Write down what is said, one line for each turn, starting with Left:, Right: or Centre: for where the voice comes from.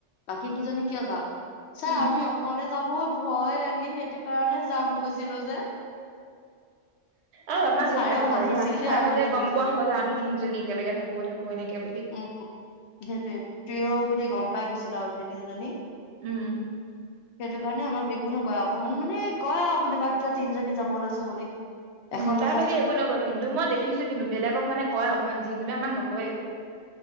Left: বাকী কিজনী কিয় যাওঁ ছা
Right: উম
Left: আমি অকলে যাব ভয় লাগে সেইটো কাৰণে যাম কৈছিলো যে,
Right: আৰু আমাক
Left: ছাৰেও
Right: একো নকয়
Left: হাঁহিছিল
Right: এ আমি
Left: দেই
Right: ছাৰহঁতে
Left: আমাৰ তিনিওজনীক
Right: গম পোৱা হ'ল আমি তিনিজনী একেলগে থাকো থাকো এনেকে বুলি
Left: উম। সেইটোে ট্ৰীয় বুলি গম পাই গৈছিলোঁ আৰু তিনিও জনি
Right: উম
Left: সেইটো কাৰণে আমাক একো নকয় কয় অকমান মানে কয় আৰু বা কিয় তিনিজনী যাব ওলাইছ বুলি। এখন
Right: উম।
Left: দৰ্খাস্তত
Right: তাৰ বাহিৰে একো নকয় কিন্তু মই দেখিছো কিন্তু বেলেগক মানে কয় অকমান যি হলে আমাক নকয় একো